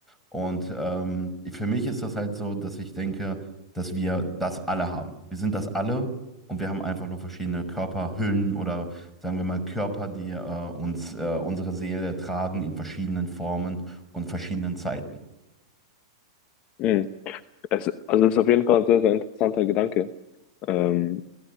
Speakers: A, in the centre; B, on the left.
A: Und ähm, für mich ist das halt so, dass ich denke, dass wir das alle haben. Wir sind das alle und wir haben einfach nur verschiedene Körperhüllen oder sagen wir mal Körper, die äh, uns, äh, unsere Seele tragen in verschiedenen Formen und verschiedenen Zeiten.
B: Mhm. Es, also das ist auf jeden Fall ein sehr, sehr interessanter Gedanke. Ähm,